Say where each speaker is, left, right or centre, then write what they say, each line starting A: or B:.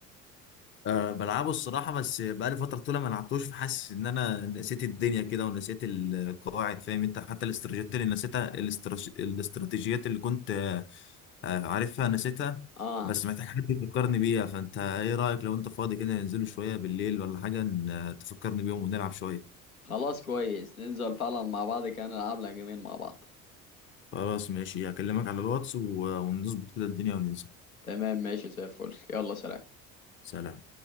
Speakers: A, on the left; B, on the left.
A: أه بلعبه الصراحة بس بقالي فترة طويلة ما لعبتوش فحاسس إن أنا نسيت الدنيا كده ونسيت القواعد فاهم أنت حتى الاستراتيجيات اللي نسيتها الاستراتيج- الاستراتيجيات اللي كنت آه، آه، عارفها نسيتها
B: اه
A: بس محتاج حد يفكرني بيها فأنت إيه رأيك لو أنت فاضي كده ننزلوا شوية بالليل ولا حاجة ن- آه، تفكرني بيهم ونلعب شوية
B: خلاص كويس ننزل فعلا مع بعض كان نلعب لها جيمين مع بعض
A: خلاص ماشي هكلمك على الواتس و- ونظبط كده الدنيا وننزل
B: تمام ماشي زي الفل يلا سلام
A: سلام